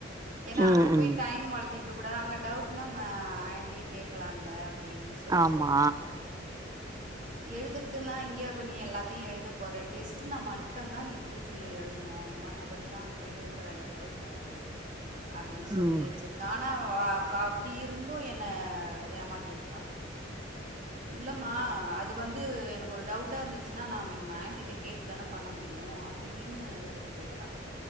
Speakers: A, on the right; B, on the right.
A: ஏன்னா
B: ம்
A: அங்க போய்
B: ம்
A: டைம் வளத்திட்டு இருக்க கூடாது அங்க டவுட்னா ஆண்டிய கேட்கலாம்ல அப்படின்னு சொ சொல்லி
B: ஆமா
A: சொல்லுவ எழுதுறதுன்னா இங்கயே நீ எல்லாத்தையு எழுத போற டெஸ்ட் நா மட்டும்தா நீ டியூஷன்ல எழுதனு மத்தபடிலா அங்க போய் எழுதுற வேல இருக்க கூடாது அப்டின்னு சொல்லி
B: ம்
A: வச்சிருக்கே ஆனா அ அப்டி இருந்து என்ன ஏமாத்திட்டுறா இல்லமா அது வந்து எனக்கு ஒரு டவுட் டா இருந்துச்சுன்னா நா ஆண்டிட்ட கேட்டு தானே பண்ண முடியு அப்டி இப்டின்னு எடுத்துட்டு போய்டுறா